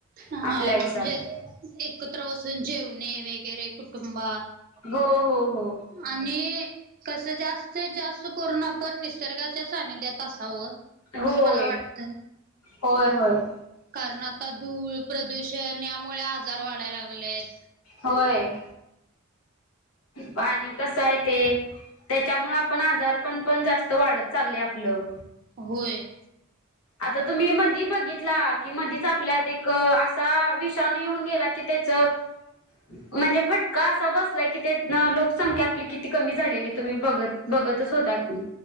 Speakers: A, on the right (about 40°); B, on the left (about 85°).
A: हा
B: आपल्या आयुष्यात
A: जे एकत्र बसून जेवणे वगैरे कुटुंबात.
B: हो हो हो.
A: आणि कसं जास्तीत जास्त करून आप ण निसर्गाच्या सानिध्यात असावं
B: होय
A: असं मला वाटत.
B: होय होय.
A: कारण आता धूळ, प्रदूषण यामुळे आजार वाढायला लागले आहेत.
B: होय. पाणी कसं आहे ते. त्याच्यामुळं पण आजारपण पण... जास्त वाढत चाललय आपलं.
A: होय.
B: आता तुम्ही मधी बघितला... की मधीच आपल्यात एक... असा विषाणू येऊन गेला की त्याचं
A: <inaudible>
B: म्हणजे... फटका असा बस लाय की तेथनं लोकसंख्या आपली किती कमी झालेली ए... तुम्ही बघत... बघतच होता की